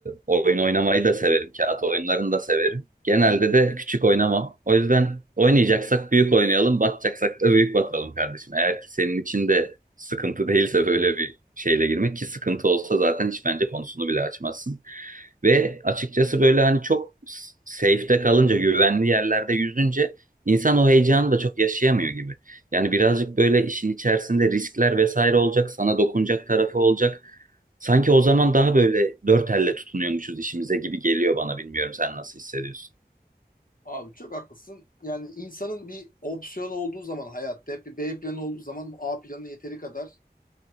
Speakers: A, on the right (about 50°); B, on the left (about 55°).
A: oyun oynamayı da severim. Kağıt oyunlarını da severim. Genelde de küçük oynamam. O yüzden oynayacaksak büyük oynayalım, batacaksak da büyük batalım kardeşim. Eğer ki senin için de sıkıntı değilse böyle bir şeyle girmek ki sıkıntı olsa zaten hiç bence konusunu bile açmazsın. Ve açıkçası böyle hani çok s- safe'te kalınca, güvenli yerlerde yüzünce insan o heyecanı da çok yaşayamıyor gibi. Yani birazcık böyle işin içerisinde riskler vesaire olacak, sana dokunacak tarafı olacak. Sanki o zaman daha böyle dört elle tutunuyormuşuz işimize gibi geliyor bana. Bilmiyorum sen nasıl hissediyorsun?
B: Abi çok haklısın. Yani insanın bir opsiyon olduğu zaman hayatta hep bir B planı olduğu zaman bu A planı yeteri kadar